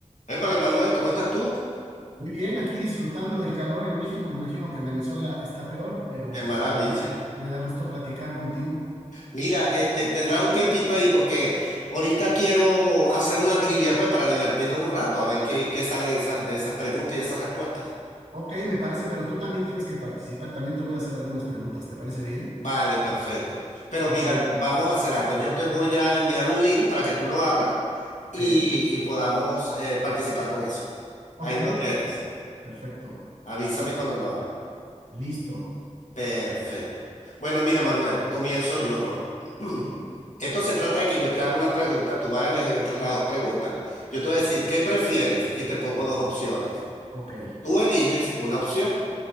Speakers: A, on the left (about 75°); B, on the right (about 80°).
A: Épale, Manuel, ¿cómo estás tú?
B: Muy bien, aquí disfrutando del calor en México. Me imagino que Venezuela está peor, pero
A: Qué maravilla.
B: me da, me da gusto platicar contigo.
A: Mira, este, tendrás un tiempito ahí porque ahorita quiero hacer una trivia, pues, para divertirnos un rato, a ver qué, qué sale de esas, de esas preguntas y esas respuestas.
B: Ok, me parece, pero tú también tienes que participar. También te voy a hacer algunas preguntas. ¿Te parece bien?
A: Vale, perfecto. Pero
B: Ok,
A: mira, vamos a hacer algo. Yo te voy a enviar un link para que tú lo abras
B: ok,
A: y, y podamos eh, participar con eso.
B: ok,
A: Ahí lo tienes.
B: per- perfecto.
A: Avísame cuando lo abras.
B: Listo.
A: Perfecto. Bueno, mira, Manuel, comienzo yo, ¿no?
B: Sí,
A: <clears throat> Esto se trata de que yo te haga unas preguntas, tú vas a elegir entre las dos preguntas. Yo te voy a decir,
B: ok,
A: ¿qué prefieres? Y te pongo
B: ok,
A: dos opciones.
B: ok,
A: Tú eliges una opción.